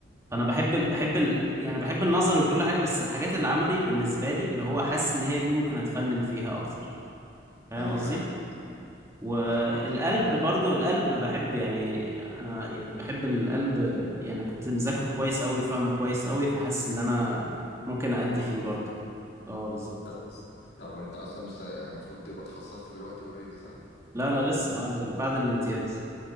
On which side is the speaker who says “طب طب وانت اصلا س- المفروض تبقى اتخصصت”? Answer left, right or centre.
Left